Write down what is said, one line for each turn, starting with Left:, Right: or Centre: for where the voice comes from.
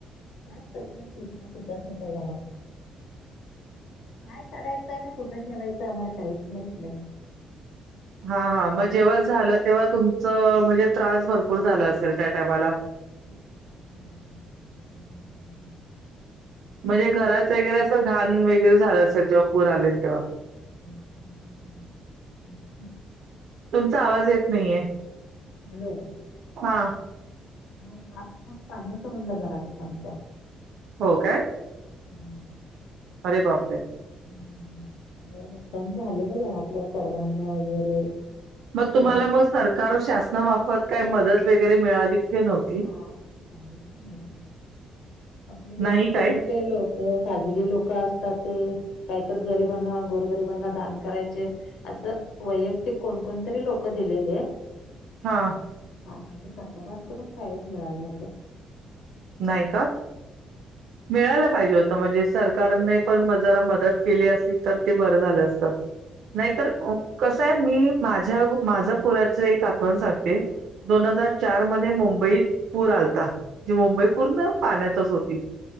Left: काय सगळण्यास येतच होत घरात काय काडायच. काय ना कुठं ठेवायचं आम्हाला काहीच नाहीस नाही.
Right: हा हा मग जेव्हा झालं तेव्हा तुमचं म्हणजे त्रास भरपूर झाला असेल त्या टायमाला
Left: <unintelligible>
Right: म्हणजे घरात वगैरे असं घाण वगैरे झालं असेल जेव्हा पूर आलेल तेव्हा
Left: उ उ
Right: तुमचा आवाज येत नाहीये?
Left: हॅलो.
Right: हा
Left: सात फूट पाणी होतं म्हणलं घरात आमच्या
Right: हो काय?
Left: हम्म
Right: अरे बाप रे
Left: हम्मं सगळ नुकतान झालेलं घरातलं कडधान्य वगैरे
Right: मग
Left: आपलं
Right: तुम्हाला मग सरकार शासनामार्फत काय मदत वगैरे मिळाली की नव्हती
Left: काय काहीच नाही आपले हे
Right: नाही
Left: मोठ-मोठ
Right: काय
Left: ते लोक खाजगी लोक असतात ते काहीतरी गरिबांना गोरगरिबांना दान करायचे. आता वैयक्तिक कोणकोणतरी लोक दिलेले
Right: हा
Left: हा माहिती सरकारांकडून काहीच मिळालं नव्हतं.
Right: नाय का? मिळायला पाहिजे होत म्हणजे सरकारने पण जरा मदत केली असली तर ते बरं झालं असतं. नाहीतर कसं आहे मी माझ्या, -माझ्या पुराचं एक आठवण सांगते. दोन हजार चार मध्ये मुंबईत पूर आलता जी मुंबई पूर्ण पाण्यातच होती